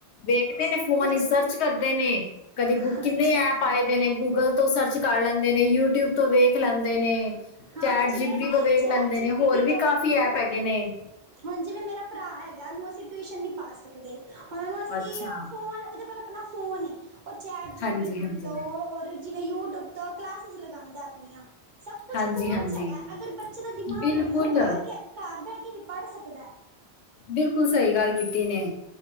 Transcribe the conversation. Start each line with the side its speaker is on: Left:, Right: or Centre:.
Left: ਦੇੇਖਦੇ ਨੇ
Right: ਸਭ
Left: ਫੋਨ
Right: ਕੁਛ
Left: ਹੀ ਸਰਚ ਕਰਦੇ ਨੇ ਕਦੀ
Right: ਹਾਂਜੀ
Left: ਗੁ ਕਿੰਨੇ ਐਪ
Right: ਹਾਂਜੀ।
Left: ਆਏ ਦੇ ਨੇ, ਗੂਗਲ ਤੋਂ ਸਰਚ ਕਰ ਲੈਂਦੇ ਨੇ, ਯੂਟਿਊਬ ਤੋਂ ਵੇਖ ਲੈਂਦੇ ਨੇ
Right: ਹਾਂ
Left: ਚੈਟ
Right: ਜਿਵੇਂ
Left: ਜੀਬੀਟੀ ਤੋਂ ਵੇਖ
Right: ਚੈਟ
Left: ਲੈਂਦੇ
Right: ਜੀ
Left: ਨੇ,
Right: ਪੀ
Left: ਹੋਰ
Right: ਟੀ
Left: ਵੀ
Right: ਤੋਂ
Left: ਕਾਫ਼ੀ ਐਪ ਹੈਗੇ ਨੇ
Right: ਹੁਣ ਜਿਵੇਂ ਮੇਰਾ ਭਰਾ ਹੈਗਾ, ਉਹਨੂੰ ਅਸੀਂ ਟਿਊਸ਼ਨ ਨਹੀਂ ਪਾ ਸਕਦੇ, ਹੁਣ ਉਹ ਨੂੰ ਅਸੀਂ
Left: ਅੱਛਾ
Right: ਉਹ ਫੋਨ ਉਹ ਦੇ ਕੋਲ ਆਪਣਾ ਫੋਨ ਏ, ਉਹ ਚੈਟ ਜੀ
Left: ਹਾਂਜੀ
Right: ਪਿਟੀ
Left: ਹਾਂਜੀ
Right: ਤੋਂ ਜਿਵੇਂ ਯੂਟਿਊਬ ਤੋਂ ਕਲਾਸਿਸ ਲਗਾਦਾ ਆਪਣੀਆਂ ਸਭ ਕੁਛ
Left: ਹਾਂਜੀ
Right: ਫੋਨ
Left: ਹਾਂਜੀ
Right: 'ਚ' ਹੈਗਾ, ਅਗਰ ਬੱਚੇ ਦਾ ਦਿਮਾਗ
Left: ਬਿਲਕੁਲ
Right: ਹੋਵੇ ਨਾ, ਉਹ ਘਰ ਬਹਿ ਕੇ ਵੀ ਪੜ ਸਕਦਾ।
Left: ਬਿਲਕੁਲ ਸਹੀ ਗੱਲ ਕੀਤੀ ਨੇ,